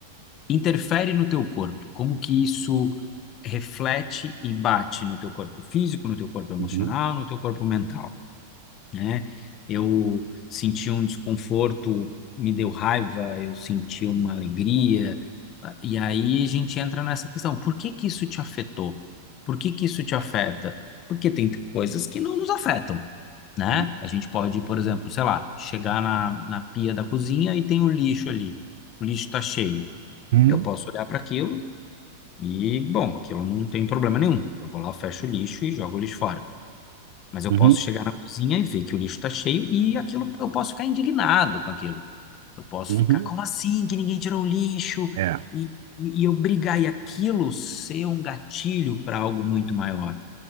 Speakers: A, on the left; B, on the right.
A: interfere no teu corpo? Como que isso reflete e bate no teu corpo físico, no teu corpo emocional,
B: uhum.
A: no teu corpo mental? né? Eu senti um desconforto, me deu raiva, eu senti uma alegria. ah, E aí a gente entra nessa questão: por que que isso te afetou? Por que que isso te afeta? Porque tem coisas que não nos afetam, né?
B: Sim.
A: A gente pode, por exemplo, sei lá, chegar na, na pia da cozinha e tem o lixo ali. O lixo está cheio.
B: Uhum,
A: Eu posso olhar para aquilo e, bom, aquilo não tem problema nenhum. Eu vou lá, fecho o lixo e jogo o lixo fora. Mas eu
B: uhum,
A: posso chegar na cozinha e ver que o lixo está cheio e aquilo eu posso ficar indignado com aquilo. Eu posso
B: uhum.
A: ficar, como assim que ninguém tirou o lixo?
B: É.
A: E, e, e eu brigar e aquilo ser um gatilho para algo muito maior,